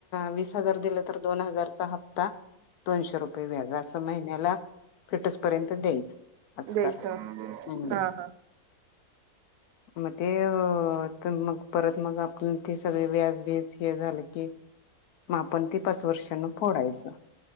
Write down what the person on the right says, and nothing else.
द्यायचं
हा हा